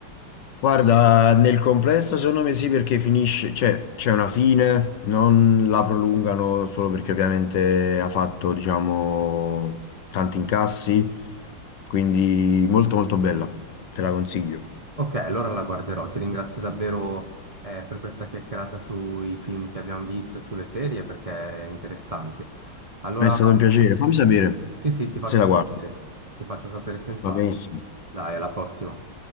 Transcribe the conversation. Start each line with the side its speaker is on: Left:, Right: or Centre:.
Left: Guarda, nel complesso secondo me sì perché finisce, cioè c'è una fine, non la prolungano solo perché ovviamente ha fatto, diciamo, tanti incassi, quindi molto molto bella, te la consiglio.
Right: Ok, allora la guarderò. Ti ringrazio davvero eh, per questa chiacchierata sui film che abbiamo visto e sulle serie perché è interessante. Allora,
Left: Mi è stato un piacere, fammi sapere
Right: sì, sì, ti faccio
Left: se la
Right: sapere,
Left: guardi,
Right: ti faccio sapere senz'altro.
Left: va benissimo.
Right: Dai, alla prossima.